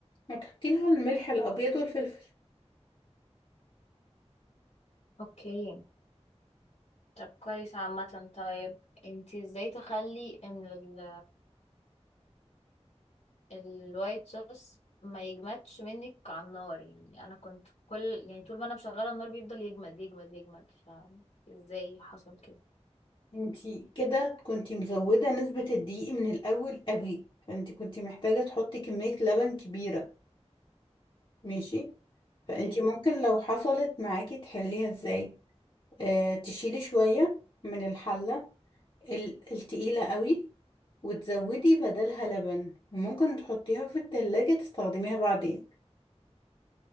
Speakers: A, on the left; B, on the left.
A: وتحطي لها الملح الأبيض والفلفل
B: اوكي طب كويس عامة طيب انتي ازاي تخلي ان ال الوايت صوص ما يجمدش منك على النار يعني انا كنت كل يعني طول ما انا مشغله النار بيفضل يجمد يجمد يجمد فازاي حصل كده
A: انتي كده كنتي مزودة نسبة الدقيق من الأول قوي فانتي كنتي محتاجة تحطي كمية لبن كبيرة ماشي فانتي
B: ايه
A: ممكن لو حصلت معاكي تحليها ازاي اه تشيلي شوية من الحلة ال- التقيلة قوي وتزودي بدلها لبن وممكن تحطيها في التلاجة تستخدميها بعدين